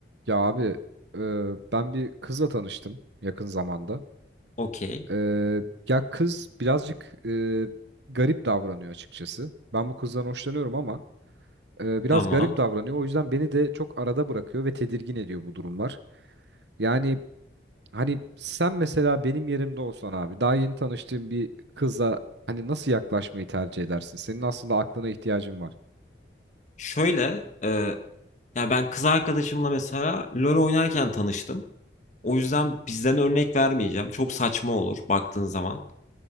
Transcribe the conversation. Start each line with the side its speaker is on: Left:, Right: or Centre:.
Right: Ya abi e, ben bir kızla tanıştım yakın zamanda.
Left: Okey.
Right: E, ya kız birazcık e, garip davranıyor açıkçası. Ben bu kızdan hoşlanıyorum ama e, biraz
Left: Tamam.
Right: garip davranıyor. O yüzden beni de çok arada bırakıyor ve tedirgin ediyor bu durumlar. Yani hani sen mesela benim yerimde olsan abi daha yeni tanıştığın bir kıza hani nasıl yaklaşmayı tercih edersin? Senin aslında aklına ihtiyacın var.
Left: Şöyle e, ya ben kız arkadaşımla mesela LoL oynarken tanıştım. O yüzden bizden örnek vermeyeceğim. Çok saçma olur baktığın zaman.